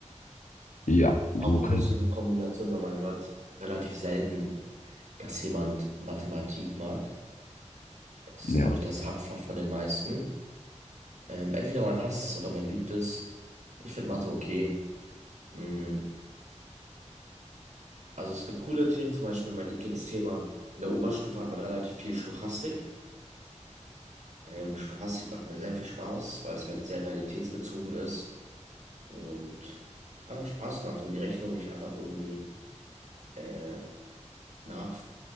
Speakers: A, on the left (about 90°); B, on the right (about 65°).
A: Ja, so
B: Auch eine
A: kann,
B: lustige Kombination, weil man hört relativ selten, dass jemand Mathematik mag. Das ist,
A: ja.
B: glaube ich, das Hauptfach von den meisten. Ähm, entweder man hasst es oder man liebt es. Ich finde Mathe okay. Mm, Also es gibt coole Themen, zum Beispiel mein Lieblingsthema. In der Oberstufe hat man relativ viel Stochastik. Ähm, Stochastik macht mir sehr viel Spaß, weil es halt sehr realitätsbezogen ist und einfach Spaß macht und die Rechnung nicht einfach irgendwie äh, nach,